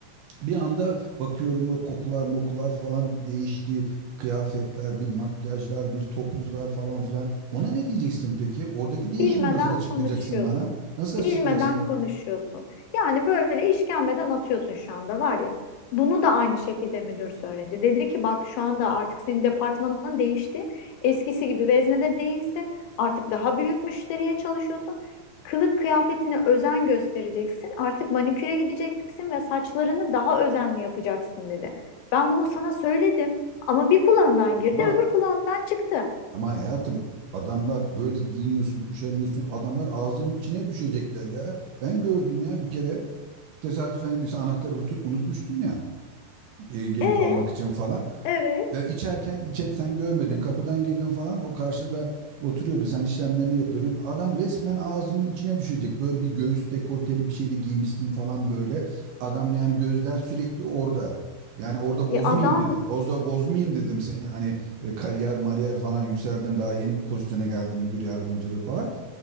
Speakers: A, on the right; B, on the left.
A: Bir anda bakıyorum böyle kokular mokular falan değişti. Kıyafetler, bir makyajlar, bir topuzlar falan filan. Ona ne diyeceksin peki? Oradaki değişimi
B: Bilmeden
A: nasıl açıklayacaksın
B: konuşuyorsun.
A: bana? Nasıl açıklayacaksın
B: Bilmeden
A: o?
B: konuşuyorsun. Yani böyle işkembeden atıyorsun şu anda var ya. Bunu da aynı şekilde müdür söyledi. Dedi ki bak şu anda artık senin departmanın değişti. Eskisi gibi veznede değilsin. Artık daha büyük müşteriye çalışıyorsun. Kılık kıyafetine özen göstereceksin. Artık maniküre gideceksin ve saçlarını daha özenli yapacaksın dedi. Ben bunu sana söyledim ama bir kulağından
A: Ya
B: girdi,
A: ama
B: öbür kulağından çıktı.
A: Ama hayatım adamlar böyle giyiniyorsun, kuşanıyorsun. Adamlar ağzının içine düşecekler ya. Ben gördüm ya bir kere tesadüfen işte anahtarı utu- unutmuştum ya e, gelip
B: E,
A: almak için falan.
B: evet.
A: Ve içerken içeri sen görmedin kapıdan girdin falan o karşıda oturuyordu sen işlemlerini yapıyordun. Adam resmen ağzının içine düşecek böyle bir göğüs dekolteli bir şey de giymişsin falan böyle. Adam yani gözler sürekli orada. Yani orada bozmayayım
B: E, adam
A: dedim. Orada bozmayayım dedim seni. Hani e, kariyer mariyer falan yükseldin daha yeni bu pozisyona geldin müdür yardımcılığı falan.